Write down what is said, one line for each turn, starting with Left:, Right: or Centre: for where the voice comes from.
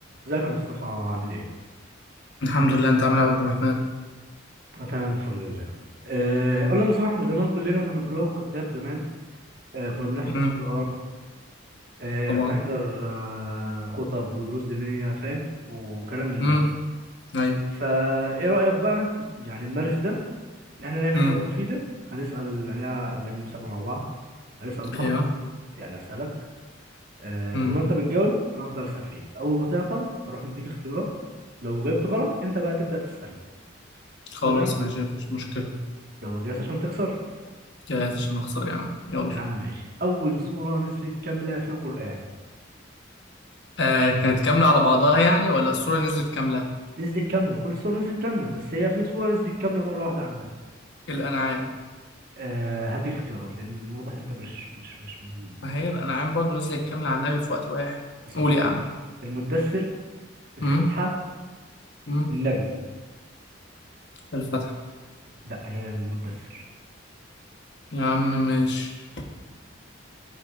Right: ازيك يا مصطفى عامل ايه؟
Left: الحمد لله انت عامل ايه يا عبد الرحمن
Right: أنا تمام بفضل الله. آه، قول لي يا مصطفى احنا زمان كلنا كنا بنروح الكتاب زمان آه، كنا بنحفظ
Left: امم
Right: قرآن آه،
Left: طبعا
Right: بنحضر آه، خطب ودروس دينية فاهم وكلام من
Left: امم
Right: ده.
Left: ايوه
Right: فايه رأيك بقى يعني نمارس ده ان احنا نعمل
Left: امم
Right: حاجة مفيدة هنسأل هنع- هنعمل مسابقة مع بعض هنسأل بعض
Left: ايوه
Right: يعني هسألك آه،
Left: امم
Right: طول ما انت بتجاوب انا هفضل أسأل فيك اول ما تعطل هروح مديك اختيارات لو جاوبت غلط انت بقى تبدأ تسألني
Left: خلاص
Right: تمام؟
Left: ماشي مفيش مشكله
Right: يلا جاهز عشان تخسر؟
Left: جاهز عشان اخسر يا عم يلا
Right: يا عم ماشي أول سورة نزلت كاملة في القرآن
Left: آه كانت كامله على بعضها يعني ولا الصوره نزلت كامله
Right: نزلت كاملة مش كل السور نزلت كاملة بس هي في سورة نزلت كاملة مرة واحدة على النبي
Left: الانعام
Right: آه هديك اختيارات لأن من واضح أنت مش مش مش من-
Left: ما هي
Right: يعني
Left: الانعام برضو نزلت كامله على النبي في وقت واحد
Right: اسمع
Left: قول يا عم
Right: المدثر الفاتحة
Left: امم امم
Right: النجم
Left: الفتح
Right: لا هي المدثر
Left: يا عم ماشي